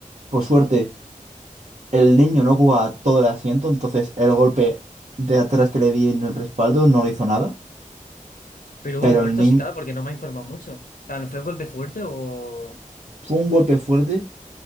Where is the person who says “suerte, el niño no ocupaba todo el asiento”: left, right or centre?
Right